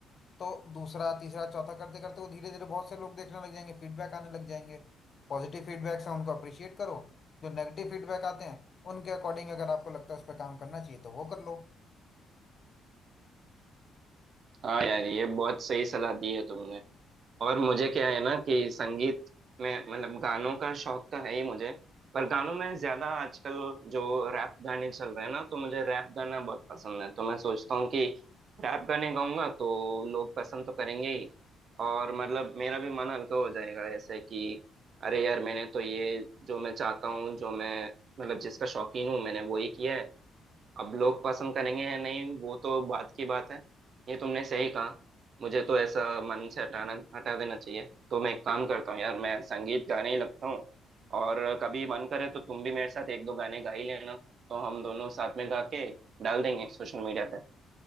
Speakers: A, on the left; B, on the right.
A: तो दूसरा तीसरा चौथा करते करते वो धीरे धीरे बहुत से लोग देखने लग जाएंगे फीडबैक आने लग जाएंगे पॉजिटिव फीडबैक्स हैं उनको अप्रिशिएट करो जो नेगेटिव फीडबैक आते हैं उनके अकॉर्डिंग अगर आपको लगता है उस पर काम करना चाहिए तो वो कर लो
B: हाँ यार ये बहुत सही सलाह दी है तुमने और मुझे क्या है ना कि संगीत में मतलब गानों का शौक तो है ही मुझे पर गानों में ज्यादा आजकल जो रैप गाने चल रहे हैं ना तो मुझे रैप गाना बहुत पसंद है तो मैं सोचता हूँ कि रैप गाने गाऊंगा तो लोग पसंद तो करेंगे ही और मतलब मेरा भी मन हल्का हो जाएगा ऐसे कि अरे यार मैंने तो ये जो मैं चाहता हूँ जो मैं मतलब जिसका शौकीन हूँ मैंने वो ही किया है अब लोग पसंद करेंगे या नहीं वो तो बात की बात है ये तुमने सही कहा मुझे तो ऐसा मन से हटाना हटा देना चाहिए तो मैं एक काम करता हूँ यार मैं संगीत गाने ही लगता हूँ और कभी मन करे तो तुम भी मेरे साथ एक दो गाने गा ही लेना तो हम दोनों साथ में गा के डाल देंगे सोशल मीडिया पे